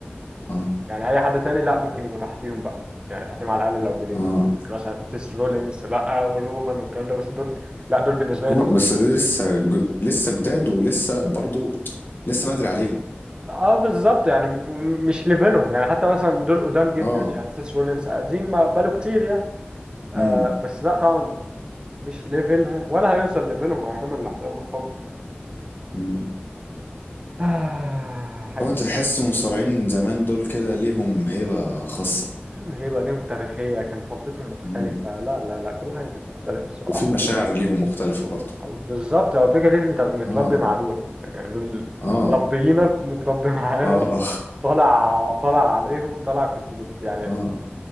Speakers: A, on the left; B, on the right.
A: اه
B: يعني اي حد تاني لا ممكن يبقوا تحتيهم بقى يعني تحتيهم على الاقل لو بليفر
A: اه
B: مثلا سيس رولينز بقى ورومان والكلام ده بس دول لا دول بالنسبه
A: جمهور-
B: لي تحتيهم
A: بس ده لسه ج... لسه جداد ولسه برضو لسه بدري عليهم
B: اه بالظبط يعني م- م- مش ليفلهم يعني حتى مثلا دول قدام جدا
A: اه
B: يعني سيس رولينز قديم ما بقاله كتير يعني آه
A: امم
B: بس لا طبعا مش ليفلهم ولا هيوصل ليفلهم مع كامل الاحترام والحب
A: امم
B: <sighs> آه حاجه
A: هو انت تحس المصارعين زمان دول كده ليهم هيبة خاصة
B: هم هيبقى ليهم تاريخيه كان فترتهم مختلفه
A: مم.
B: لا لا لا كل حاجه كانت مختلفه الصراحه
A: وفي مشاعر ليهم مختلفة برضو
B: بالظبط هو فكرة فكرة انت متربي
A: اه
B: مع دول يعني دول
A: اه
B: مربيينك متربي معاهم
A: اه اه
B: طالع طالع عليهم طالع كنت بت يعني
A: اه